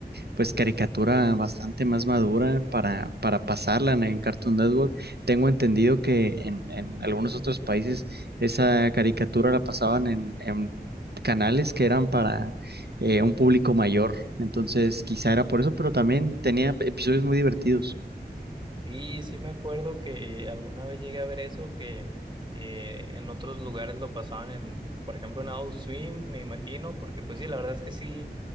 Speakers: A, on the right (about 70°); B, on the right (about 25°).
A: pues caricatura bastante más madura para, para pasarla en, en Cartoon Network. Tengo entendido que en, en algunos otros países esa caricatura la pasaban en, en canales que eran para eh, un público mayor. Entonces, quizá era por eso, pero también tenía episodios muy divertidos.
B: Y sí me acuerdo que alguna vez llegué a ver eso, que, que en otros lugares lo pasaban en, por ejemplo, en Adult Swim, me imagino, porque pues sí, la verdad es que sí,